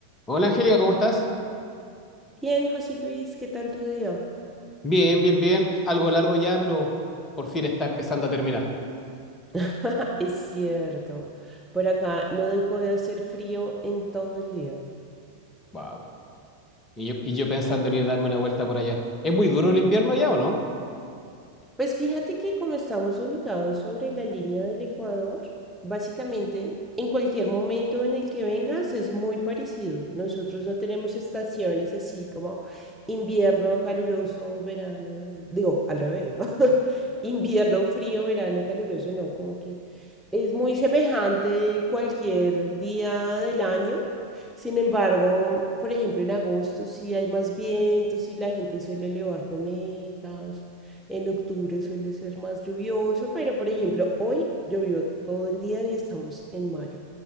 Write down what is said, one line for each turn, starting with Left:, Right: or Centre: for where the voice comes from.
Left: Hola Angélica, ¿cómo estás?
Centre: Bien, José Luis, ¿qué tal tu día?
Left: Bien, bien, bien. Algo largo ya, pero por fin está empezando a terminar.
Centre: <laughs> Es cierto, por acá no dejó de hacer frío en todo el día.
Left: Wow. Y yo, y yo pensando en ir a darme una vuelta por allá. ¿Es muy duro el invierno ya o no?
Centre: Pues fíjate que como estamos ubicados sobre la línea del Ecuador, básicamente en cualquier momento en el que vengas es muy parecido. Nosotros no tenemos estaciones así como invierno caluroso, verano, digo, al revés, ¿no? <laughs> Invierno frío, verano caluroso, no, como que es muy semejante cualquier día del año. Sin embargo, por ejemplo, en agosto sí hay más vientos y la gente suele elevar cometas. En octubre suele ser más lluvioso, pero por ejemplo, hoy llovió todo el día y estamos en mayo.